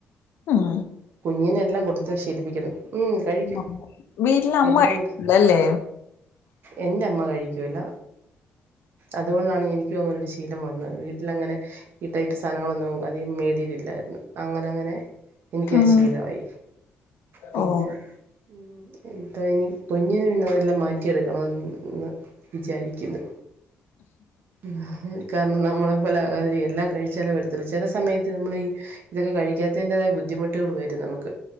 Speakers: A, on the left; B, on the right.
A: ഉം
B: കുഞ്ഞിനെ എല്ലാം കൊടുത്ത് ശീലിപ്പിക്കണം ഉം കഴിക്കും
A: ആ വീട്ടില അമ്മല്ലേ
B: എല്ലാം കൊടു എൻ്റെ അമ്മ കഴിക്കില്ല അതുകൊണ്ടാണ് എനിക്കും അങ്ങനെ ഒരു ശീലം വന്നത് വീട്ടില അങ്ങനെ ഈ ടൈപ്പ് സാധനങ്ങളൊന്നും അധികം മേടിയിട്ടില്ലായിരുന്നു അങ്ങനെ അങ്ങനെ എനിക്കത്
A: ഉം
B: ശീലമായി പിന്നെ
A: ഓ
B: ഉം ഇപ്പൊ ഇനി കുഞ്ഞിന പിന്നതെല്ലാം മാറ്റിയെടുക്കണന്ന് വിചാരിക്കുന്നു പിെ കാരണം നമ്മളെ പോലെ എല്ലാം കഴിച്ചാലും വരത്തില്ല ചില സമയത്ത് നമ്മൾ ഈ ഇതൊക്കെ കഴിക്കാത്തതിൻ്റെതായ ബുദ്ധിമുട്ടുകൾ വരും നമുക്ക്